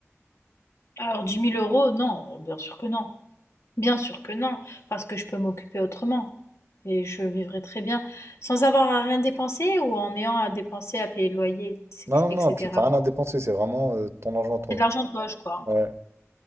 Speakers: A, on the left (about 65°); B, on the right (about 60°).
A: Alors dix mille euros, non, bien sûr que non. Bien sûr que non, parce que je peux m'occuper autrement. Et je vivrai très bien sans avoir à rien dépenser ou en ayant à dépenser, à payer le loyer,
B: Non, non,
A: etc.
B: non, tu n'as rien à dépenser, c'est vraiment euh, ton argent à toi.
A: C'est de l'argent de poche, quoi.
B: Ouais.